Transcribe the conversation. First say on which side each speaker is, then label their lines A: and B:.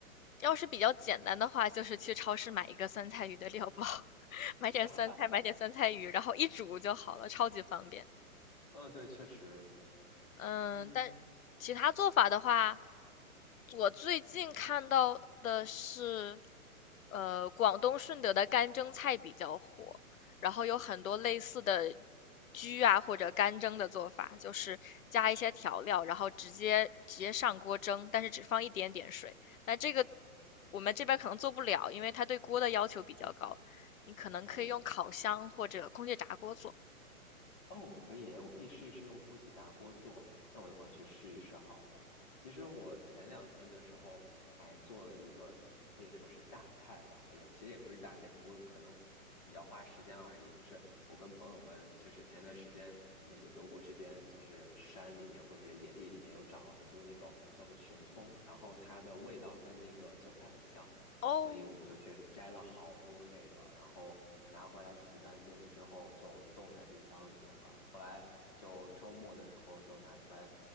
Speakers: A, on the left; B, on the left.
A: 要是比较简单的话，就是去超市买一个酸菜鱼的料包，<laughs> 买点酸菜，
B: <laughs>
A: 买点酸菜鱼，然后一煮就好了，超级方便。
B: 嗯，对，确实，
A: 嗯，
B: 嗯，
A: 但其他做法的话，我最近看到的是呃，广东顺德的干蒸菜比较火，然后有很多类似的焗啊或者干蒸的做法，就是加一些调料，然后直接直接上锅蒸，但是只放一点点水。那这个我们这边可能做不了，因为它对锅的要求比较高，你可能可以用烤箱或者空气炸锅做。
B: 哦，哦，可以，我可以试一试用空气炸锅做。那我一会儿去试一试好了。其实我前两天的时候还做了一个，可以说是大菜吧，也其实也不是大菜，只不过可能比较花时间而已。就是我跟朋友们，就是前段时间那个德国这边，就是山里面或者是野地里面有长了很多那种叫做熊葱，然后它的味道跟那个韭菜很像。
A: 哦，
B: 所以我们就去摘了好多这个，然后拿回来洗干净之后就冻在冰箱里面了。后来就周末的时候就拿出来